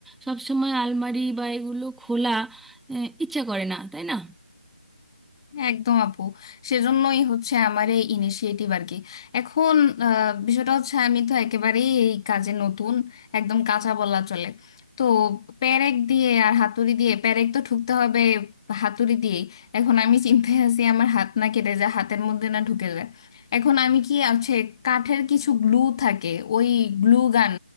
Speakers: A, in the centre; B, on the left.
A: সব সময় আলমারি বা এগুলো খোলা আহ, ইচ্ছা করে না তাই না
B: একদম আপু সেজন্যই হচ্ছে আমার এই ইনিশিয়েটিভ আর কি এখন আহ, বিষয়টা হচ্ছে আমি তো একেবারেই এই কাজে নতুন একদম কাঁচা বলা চলে তো পেরেক দিয়ে আর হাতুড়ি দিয়ে পেরেক তো ঠুকতে হবে হাতুড়ি দিয়ে এখন আমি চিন্তায় আছি আমার হাত না কেটে যায় হাতের মধ্যে না ঢুকে যায় এখন আমি কি আছে কাঠের কিছু গ্লু থাকে ওই গ্লু গান